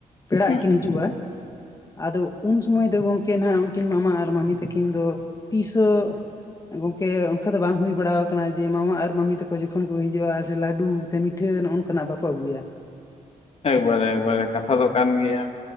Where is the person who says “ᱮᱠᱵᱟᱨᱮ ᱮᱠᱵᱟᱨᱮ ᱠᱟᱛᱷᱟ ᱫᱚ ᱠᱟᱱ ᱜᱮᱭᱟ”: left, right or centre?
Left